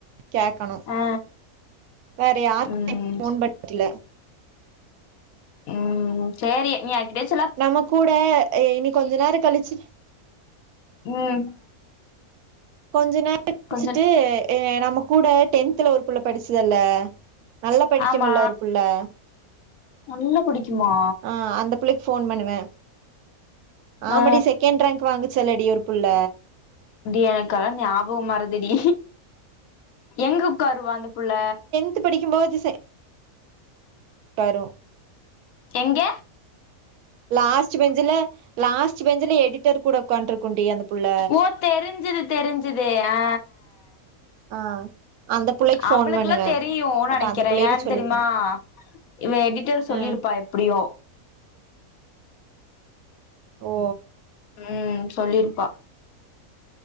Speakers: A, on the right; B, on the left.
A: கேக்கணு
B: ஆ
A: வேற யாருக்குமே
B: ம்
A: போன் பட்ல
B: ம் சேரி நீ யார்கிட்டயாச்சு
A: நம்ம கூட எ இனி கொஞ்ச நேர கழுச்சு
B: ம்
A: கொஞ்ச நே <unintelligible>
B: கொஞ்ச
A: சுட்டு நம்ம கூட டென்த்ல ஒரு புள்ள படுச்சுதல்ல நல்லா படிக்குமல்ல
B: ஆமா
A: ஒரு புள்ள
B: நல்லா புடிக்குமா
A: ஆ அந்த பிள்ளைக்கு ஃபோன் பண்ணுவே ஆமடி
B: ஆ
A: செகண்ட் ரேங்க் வாங்குச்சுல்லடி ஒரு புள்ள
B: அப்டியா எனக்கெலா ஞாபக மரதிடி எங்க உக்காருவா‌ அந்த புள்ள
A: த்து படிக்கும்போது செ டரு
B: எங்க
A: லாஸ்ட்டு பெஞ்சுல லாஸ்ட்டு பெஞ்சுல எடிட்டர் கூட ஒக்காண்ருக்குண்டி அந்த புள்ள
B: ஓ தெரிஞ்சுது தெரிஞ்சுது ஆ
A: ஆ அந்த புள்ளைக்கு ஃபோன்
B: அவளுக்குலா
A: பண்ணுவே
B: தெரியு ஓ நெனக்கிறே
A: அப்ப அந்த புள்ளைகிட்ட
B: ஏ
A: சொல்லிருக்கே
B: தெரியுமா இவ எடிட்டர் சொல்லிருப்பா
A: ஆ
B: எப்டியு
A: ஓ
B: ம் சொல்லிருப்பா